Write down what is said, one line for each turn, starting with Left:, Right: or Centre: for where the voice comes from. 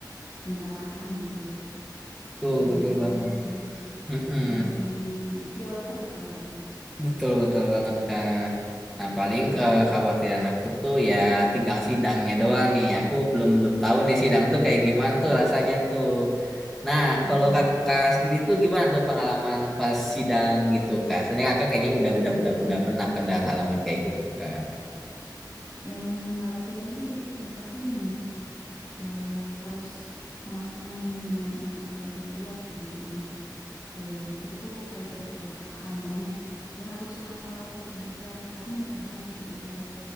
Left: kendaraan gitu ya,
Centre: Tuh,
Left: banyak
Centre: betul
Left: banget
Centre: banget.
Left: kan.
Centre: Mm-mm.
Left: Jadi di filter kalau gitu ya.
Centre: Betul, betul banget, Kak. Nah, paling
Left: Mm-mm.
Centre: kekhawatiran aku tuh ya tinggal sidangnya doang nih. Aku belum belum tahu nih sidang tuh kayak gimana
Left: <laughs>
Centre: tuh rasanya tuh. Nah,
Left: Sidang.
Centre: kalau kakak sendiri tuh gimana tuh pengalaman pas sidang gitu, Kak? Soalnya kakak kayaknya udah udah udah
Left: Mm-mm.
Centre: udah pernah kan udah ngalamin kayak gitu, Kak.
Left: Yang kalau sidang sih yang pasti ini eh, harus matang dengan apa yang kita buat gitu. Jadi eh, kita tuh kayak udah paham banget. Gak harus hafal per detail per kalimat, gak harus. Jadi kayak